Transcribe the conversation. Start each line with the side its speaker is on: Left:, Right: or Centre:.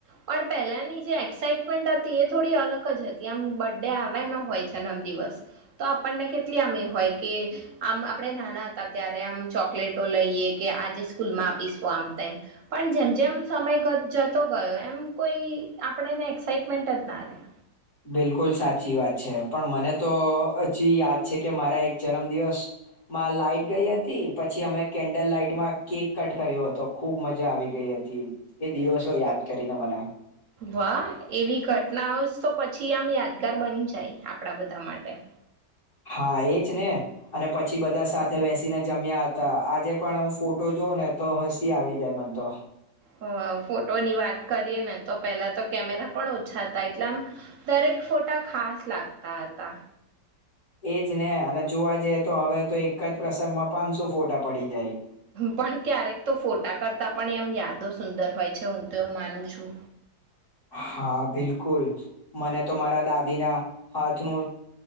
Right: પણ પહેલાની જે એક્સાઈટમેન્ટ હતી એ થોડી અલગ જ હતી આમ બર્ ડે આવનો હોય જન્મદિવસ તો આપણને કેટલી આમ હોય કે આમ આપણે નાના હતા ત્યારે આમ ચોકલેટો લઈએ કે આજે સ્કૂલમાં આપીશું આમ તેમમ પણ જેમ જેમ સમય જતો ગયો એમ કોઈ આપણેને એક્સાઈટમેન્ટ જ ના રહેે
Left: બિલકુલ સાચી વાત છે પણ મને તો હજી યાદ છે કે મારા એક જન્મ દિવસમાં લાાઈટ ગઈ હતી પછી અમે કેન્ડલ લાાઈટમાં કેક કટ કર્યો હતો ખુબ મજા આવી ગઈ હતી એ દિવસો યાદ કરીને મને
Right: વાહ એવી ઘટનાઓ જ તો પછી આમ યાદગાર બની જાય આપણા બધા માટે
Left: હા એજ ને અને પછી બધા સાથે બેસીને જમ્યા હતા આજે પણ હું ફોટો જોઉં ને તો હસી આવી જાય મન તો
Right: હ ફોટોની વાત કરીએ ને તો પેલા તો કેમેરા પણ ઓછા હતા એટલે આમ દરેક ફોટા ખાસ લાગ ત હતા
Left: એજ ને અને જોવા જઈએ તો હવે તો એક જ પ્રસંગમાં પાંચસો ફોટા પડી જાય
Right: પણ ક્યારેક તો ફોટા કરતા પણ એમ યાદો સુંદર હોય છે હું તો એવું માનું છું
Left: હા બિલકુલ મને તો મારા દાદીના હાથ ન